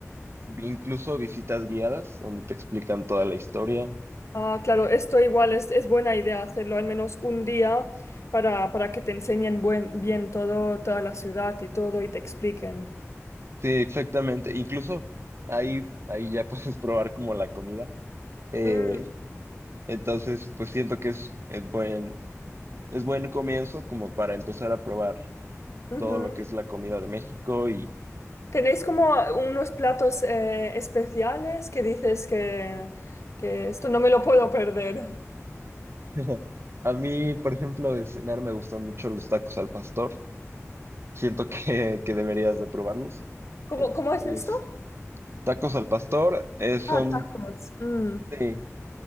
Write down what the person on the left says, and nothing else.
Ah, claro, esto igual es, es buena idea hacerlo al menos un día para, para que te enseñen buen- bien todo, toda la ciudad y todo y te expliquen.
Mm,
ujú.
¿Tenéis como unos platos eh, especiales que dices que, que esto no me lo puedo perder?
¿Cómo,
cómo es esto?
Ah, tacos. Mm.